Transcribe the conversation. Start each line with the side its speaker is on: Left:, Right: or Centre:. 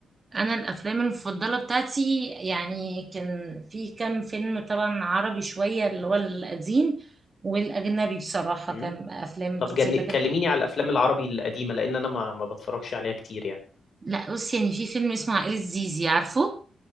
Right: انا الافلام المفضله بتاعتي يعني كان في كام فيلم طبعا عربي شويه اللي هو القديم والاجنبي بصراحه
Left: مم.
Right: كان افلام
Left: طب
Right: كتير
Left: جن...
Right: لكن
Left: كلميني على الافلام العربي القديمة لان انا ما, ما بتفرجش عليها كتير يعني
Right: لا بص يعني في فيلم اسمه عائله زيزي عارفه